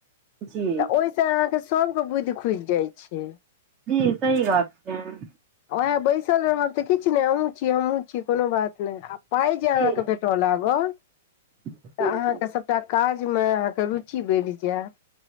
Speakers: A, on the right (about 25°); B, on the left (about 45°).
A: जी
B: त ओइसँ अहाँके सभके बुद्धि खुइल जाइ छैय।
A: जी सही बात छैय।
B: उएह बैसल रहब त किछु नै अहूँ छी हमहुं छी कोनो बात नै आब। पाइ
A: जी
B: जे अहाँके भेट लागल तऽ
A: जी जी
B: अहाँ तऽ सभटा काजमे अहाँके रुची बढ़ि जाएत।